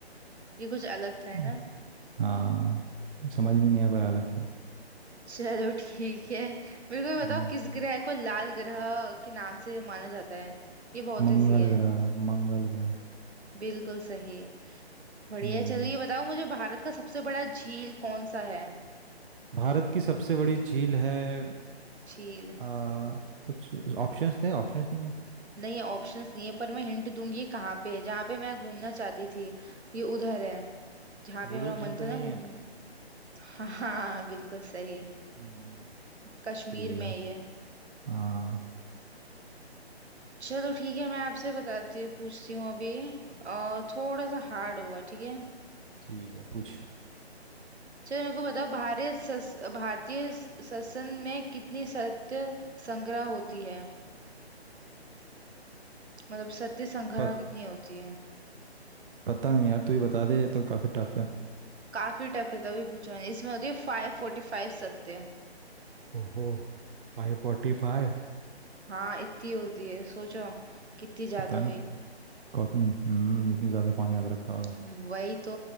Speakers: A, on the right (about 80°); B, on the right (about 55°).
A: ये कुछ अलग था है
B: है
A: ना
B: हाँ समझ में नहीं आ पाया लगता
A: चलो ठीक है मेरे को ये बताओ
B: हम्म।
A: किस ग्रह को लाल ग्रह के नाम से माना जाता है ये बहुत
B: मंगल
A: इजी है
B: ग्रह मंगल ग्रह
A: बिल्कुल सही बढ़िया
B: हम्म
A: है चलो ये बताओ मुझे भारत का सबसे बड़ा झील कौन सा है
B: भारत की सबसे बड़ी झील है
A: झील
B: आ, कुछ ऑप्शंस थे ऑप्शंस नहीं है
A: नहीं है, ऑप्शंस नहीं है पर मैं हिंट दूंगी ये कहाँ पे है जहाँ पे मैं घूमना चाहती थी ये उधर है जहाँ पे
B: वुलूर
A: मेरा मन
B: झील तो
A: था
B: नहीं
A: ना घूमने
B: है
A: का <laughs> हाँ हाँ हाँ, बिल्कुल सही
B: हम्म
A: कश्मीर
B: ठीक
A: में
B: है
A: है ये
B: हाँ
A: चलो ठीक है मैं आपसे बताती पूछती हूँ अभी अ, थोड़ा सा हार्ड होगा ठीक है
B: ठीक है पूछ
A: चलो मेरे को बताओ भारत सस, भारतीय स- संसद में कितनी सत्य संग्रह होती है मतलब सत्य संग्रह
B: पत,
A: कितनी होती है
B: पता नहीं यार तू ही बता दे ये तो काफ़ी टफ है
A: काफी टफ है तभी पूछा मैंने इसमें होती है फाइव फोर्टी फाइव सत्य
B: ओहो Five forty five
A: हाँ इतनी होती है सोचो कितनी ज्यादा
B: पता नहीं
A: हुई
B: कौन हम्म इतनी ज़्यादा
A: हम्म,
B: कौन याद रखता होगा
A: वही तो